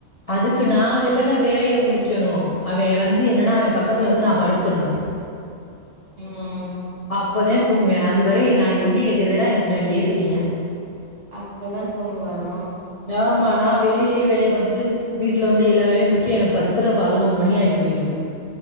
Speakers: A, on the left; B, on the right.
A: அதுக்கு நா வெலன்னா வேலைய முடிக்கணு அவே வந்து என்னன்னா அவே பக்கத்துல வந்து நா படுத்து திருணு அப்
B: ம்
A: அப்பதா தூங்குவா அதுவர நா எங்க எங்க திரியிறனோ என் பின்னாடியே திரியிவா
B: அப்பதா தூங்குவானோ
A: ஆமா நா வெளியிலேயு வேலைய பாத்தட்டு வீட்டுல வந்து எல்லா வேலையு முடிக்க எனக்கு பத்திர பதினோரு மணி ஆகி போயிருது